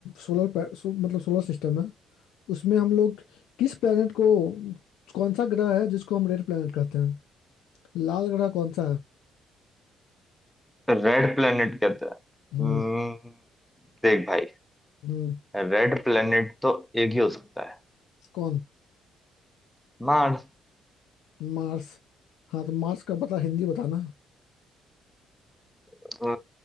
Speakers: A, on the left; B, in the centre.
A: सोलर पै- सो, मतलब सोलर सिस्टम है उसमें हम लोग किस प्लेनेट को कौन सा ग्रह है जिसको हम रेड प्लेनेट कहते हैं लाल ग्रह कौन सा है
B: रेड प्लेनेट कहते हैं
A: हम्म
B: हम्म, देख भाई
A: हम्म
B: रेड प्लेनेट तो एक ही हो सकता है
A: कौन
B: मार्स
A: मार्स हाँ तो मार्स का पता हिंदी बताना
B: अ,